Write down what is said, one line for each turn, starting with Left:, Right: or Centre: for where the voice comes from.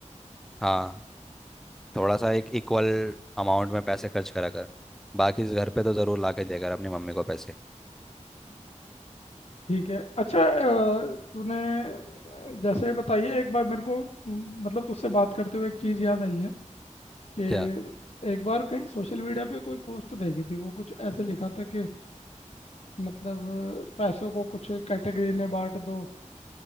Centre: हाँ थोड़ा सा एक इक्वल अमाउंट में पैसे खर्च करा कर बाकी घर पे तो ज़रूर ला के दिया कर अपनी मम्मी को पैसे
Left: ठीक है अच्छा अ, तूने अ, जैसे बताइए एक बार मेरे को उम, मतलब तुझसे बात करते हुए एक चीज़ याद आई है कि
Centre: क्या
Left: एक बार कहीं सोशल मीडिया पे कोई पोस्ट देखी थी वो कुछ ऐसे लिखा था कि मतलब अ, पैसों को कुछ कैटेगरी में बांट दो